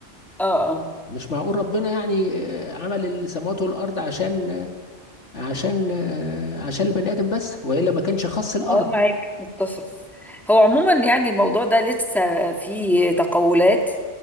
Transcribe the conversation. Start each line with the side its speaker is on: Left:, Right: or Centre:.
Centre: اه اه
Left: مش معقول ربنا يعني آه، عمل السماوات والأرض عشان آه، عشان آه، عشان البني آدم بس وإلا ما كانش خص الأرض
Centre: اه معاك متفق هو عموما يعني الموضوع ده لسه فيه تقولات